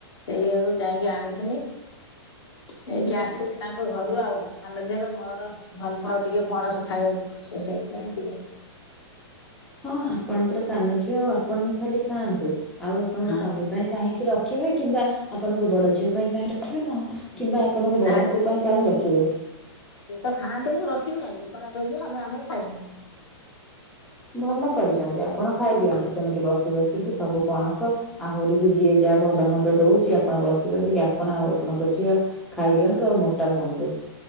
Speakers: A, on the left; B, in the centre.
A: ସେଇଆକୁ ଯାଇକି ଆଣିଥିଲି। ନେଇକି ଆସିଲି ତାଙ୍କ ଘରୁ ଆଉ ମୋ ସାନ ଝିଅର ମୋର। ଭଲ ପାଉ ଟିକେ ପଣସ ଖାଇବାକୁ ସେ ସେଇଥି ପାଇଁ ଦିଏ।
B: ହଁ ଆପଣଙ୍କର ସାନ ଝିଅ ଆଉ ଆପଣ ହିଁ ଖାଲି ଖାଆନ୍ତୁ ଆଉ ଆପଣଙ୍କ
A: ହଁ
B: ସ୍ୱାମୀ ପାଇଁ କାହିଁକି ରଖିବେ କିମ୍ବା ଆପଣଙ୍କ ବଡ଼ ଝିଅ ପାଇଁ କାହିଁ ରଖିବେ ନ କିମ୍ବା ଆପଣଙ୍କ
A: ନା
B: ବଡ଼
A: ସେ
B: ପୁଅ ପାଇଁ କାହିଁ ରଖିବେ।
A: ସିଏ ତ ଖାଆନ୍ତିନି ରଖିବି କାହିଁକି ଖରାପ ହେଇଯିବ ଆମେ ଆମର ଖାଇଦେନୁ।
B: ଭଲ କରିଚନ୍ତି ଆପଣ ଖାଇଦିଅନ୍ତୁ ସେମିତି ବସି ବସିକି
A: ହଁ
B: ସବୁ ପଣସ ଆହୁରି ବି ଯିଏ ଯାହା ଭଲ ମନ୍ଦ ଦଉଚି ଆପଣ ବସି ବସିକି ଆପଣ ଆଉ ଆପଣଙ୍କ ଝିଅ ଖାଇ ଦିଅନ୍ତୁ ଆଉ ମୋଟା ହୁଅନ୍ତୁ।